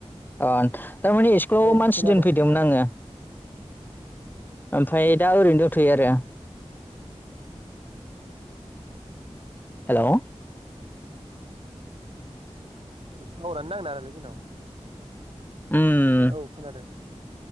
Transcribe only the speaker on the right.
औ
खोनादों
औ। <unintelligible> टावारानो नांनो नागेरालै जोंनाव।
औ खोनादों।